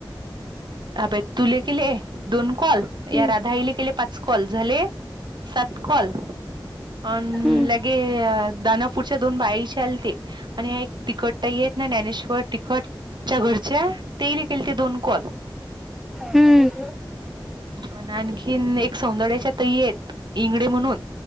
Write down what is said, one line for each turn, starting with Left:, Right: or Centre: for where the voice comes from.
Right: अब तुले केले दोन कॉल,
Centre: हम्म
Right: या राधा आईले केले पाच कॉल झाले सात काॅल, अन
Centre: हम्म
Right: लगे दानापूरच्या दोन बाईशी आलते आणि ह्या एक तिखट ताई आहेत ना ज्ञानेश्वर तिखट च्या घरच्या तेने केलते दोन कॉल.
Centre: हम्.
Right: आण आणखीन एक सौंदड्याच्या तई आहेत इंगडे म्हणून